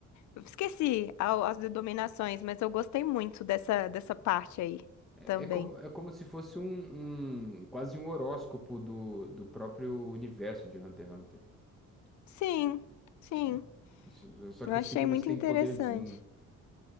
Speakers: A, on the left; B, in the centre.
A: Eu esqueci a- as denominações, mas eu gostei muito dessa, dessa parte aí
B: É,
A: também.
B: é como, é como se fosse um, um- quase um horóscopo do, do próprio universo de Hunter x Hunter.
A: Sim, sim.
B: Hum, Só só
A: Eu
B: que
A: achei
B: os signos
A: muito
B: têm
A: interessante.
B: poderzinho.